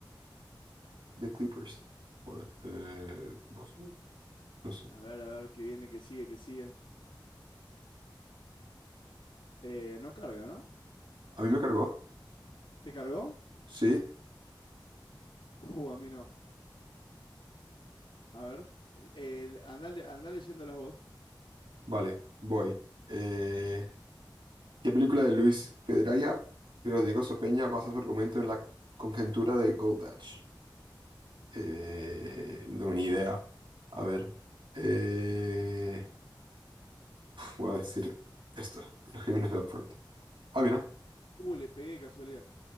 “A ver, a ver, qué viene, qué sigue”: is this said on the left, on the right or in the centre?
Left